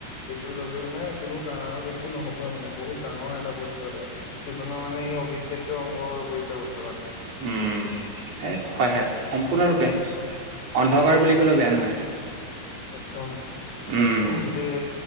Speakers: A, on the left; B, on the right.
A: বিদ্যুৎ অবিহনে কোনো কাৰণত একো নহবই মানে বহুত ডাঙৰ এটা বস্তু এটা, জীৱনৰ মানে ই অবিচ্ছেদ্য অংগ হৈ পৰিছে বৰ্তমান।
B: উম, সেই হয়, হয় সম্পূৰ্ণৰূপে,
A: উম
B: অন্ধকাৰ
A: উম
B: বুলি ক'লেও বেয়া নহয়।
A: একদম,
B: উম,
A: গোটেই,